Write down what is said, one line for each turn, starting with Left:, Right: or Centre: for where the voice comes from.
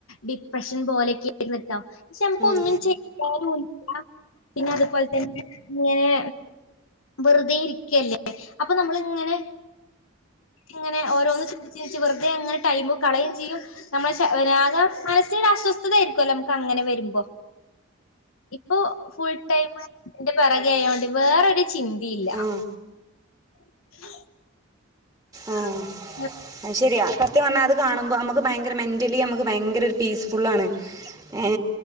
Left: ഡിപ്രഷൻ പോലെയൊക്കെ ആയിുന്ന കേട്ടോ നമക്ക്
Right: ആ
Left: ഒന്നും <unintelligible> പിന്നെ അതുപോലെ തന്നെ ഇങ്ങനെ വെറുതെ ഇരിക്കയല്ലേ അപ്പൊ നമ്മളിങ്ങനെ ങ്ങനെ ഓരോന്ന് <unintelligible> വെറുെ അങ്ങനെടൈ് കളയും ചെയ്യും നമ്മെ മനസ് അസ്വസ്ഥതായിരിക്കുവല്ലോ നമുക്ക് അങ്ങനെ വരുമ്പോ അപ്പൊ ഫുൾ ടൈംന്റെ പിറകെ ആയതോണ്ട് വേറരു ചിന്തിയില്ല
Right: ആ
Left: <inaudible> <unintelligible>
Right: ആഹ് ശരിയാ സത്യം പറഞ്ഞാൽ അത് കാണുമ്പോ നമുക്ക് ഭയങ്കര മെന്റലി നമുക്ക് ഭയങ്കര ഒരു പീസ് ഫുൾ ആാണ് ഏ